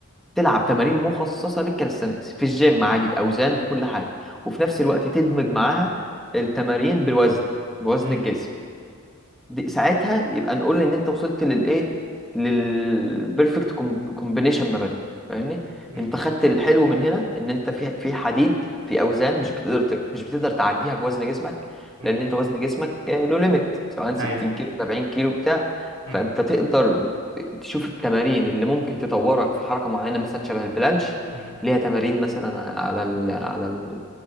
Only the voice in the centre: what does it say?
تلعب تمارين مخصصه للكاليستانكس في الجيم عادي باوزان بكل حاجه وفي نفس الوقت تدمج معاها التمارين بالوزن بوزن
الجسم دي ساعتها يبقى نقول ان انت وصلت للايه للبيرفكت كومبينيشن ما بينهم فاهمني
انت خدت الحلو من هنا ان انت في في حديد في اوزان مش بتقدر ت- مش بتقدر تعديها بوزن جسمك
لان انت وزن جسمك آه، له ليميت سواء 60
كيلو 70 كيلو بتاع
فانت تقدر تشوف التمارين اللي ممكن تطورك في حركه معينه مثلا شبه البلانش
ليها تمارين مثلا على ال على